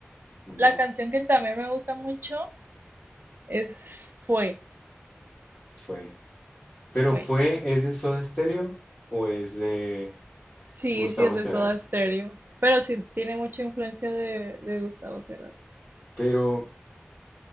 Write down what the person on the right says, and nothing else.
La
canción que también me gusta mucho es Fue,
Fue.
Sí,
sí, es
de Soda Stereo. Pero sí tiene mucha influencia de, de Gustavo Cerati.